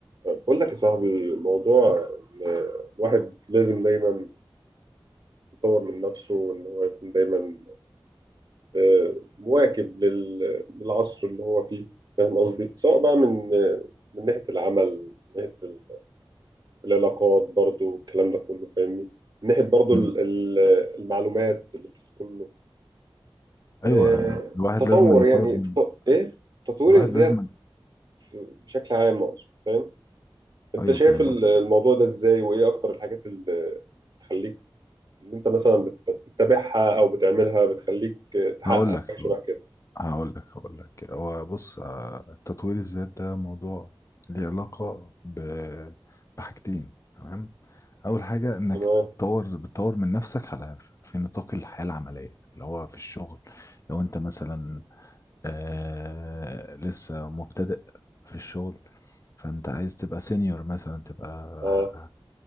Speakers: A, on the right (about 50°); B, on the left (about 35°).
A: بقول لك يا صاحبي موضوع إن الواحد لازم دايما يطور من نفسه وان هو يكون دايما آه، مواكب لل- للعصر اللي هو فيه فاهم قصدي سواء بقى من آه، من ناحية العمل من ناحية ال- العلاقات برضو الكلام ده كله فاهمني من ناحية برضو
B: مم.
A: ال- ال- المعلومات اللي بتدخل له آه،
B: ايوه الواحد
A: تطور
B: لازم يطور
A: يعني
B: من
A: ت- ايه تطوير
B: الواحد
A: الذات
B: لازم
A: بشكل عام اقصد فاهم انت
B: ايوه
A: شايف
B: فاهم
A: ال-
B: قصدك.
A: الموضوع ده ازاي وايه اكتر الحاجات اللي تخليك اللي انت مثلا بت- بتتابعها او بتعملها بتخليك تحقق
B: هقول لك
A: حاجه شبه
B: هقول
A: كده
B: لك هقول لك هو بص آه، تطوير الذات ده موضوع ليه علاقة ب... بحاجتين تمام اول حاجة انك
A: تمام
B: تطور بتطور من نفسك على في نطاق الحياة العملية اللي هو في الشغل لو انت مثلا آه لسه مبتدئ في الشغل فانت عايز تبقى سينيور مثلا تبقى
A: اه